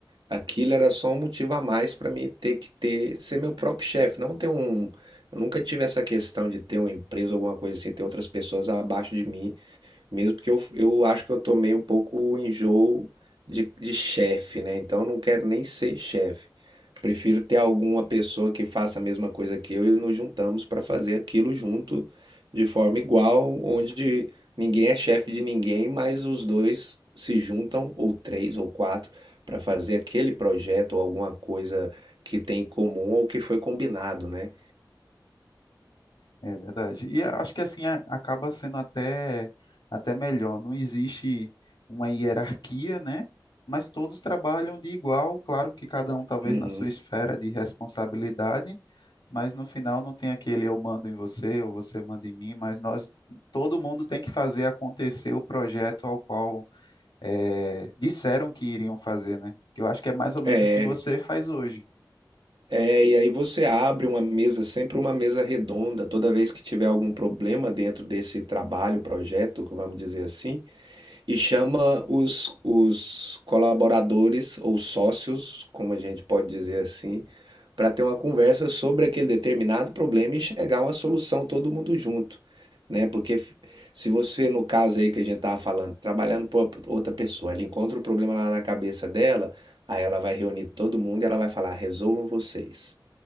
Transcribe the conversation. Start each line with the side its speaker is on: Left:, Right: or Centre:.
Right: aquilo era só um motivo a mais para mim ter que ter ser meu próprio chefe, não ter um Eu nunca tive essa questão de ter uma empresa, alguma coisa assim, ter outras pessoas abaixo de mim Mesmo que eu, eu acho que eu tomei um pouco o enjoo de, de chefe, né? Então eu não quero nem ser chefe. Prefiro ter alguma pessoa que faça a mesma coisa que eu e nos juntamos para fazer aquilo junto de forma igual, onde ninguém é chefe de ninguém, mas os dois se juntam, ou três ou quatro, para fazer aquele projeto ou alguma coisa que tem em comum ou que foi combinado, né?
Left: É verdade. E eu acho que assim a- acaba sendo até, até melhor. Não existe uma hierarquia, né? Mas todos trabalham de igual, claro que cada um talvez
Right: Uhum.
Left: na sua esfera de responsabilidade, mas no final não tem aquele eu mando em você ou você manda em mim, mas nós, todo mundo tem que fazer acontecer o projeto ao qual eh, disseram que iriam fazer, né? Que eu acho que é mais ou menos
Right: É,
Left: o que você faz hoje.
Right: É, e aí você abre uma mesa, sempre uma mesa redonda, toda vez que tiver algum problema dentro desse trabalho, projeto, vamos dizer assim, e chama os, os colaboradores ou sócios, como a gente pode dizer assim, para ter uma conversa sobre aquele determinado problema e chegar a uma solução todo mundo junto, né? Porque f- se você, no caso aí que a gente estava falando, trabalhando para outra pessoa, ela encontra o problema lá na cabeça dela, aí ela vai reunir todo mundo e ela vai falar, resolvam vocês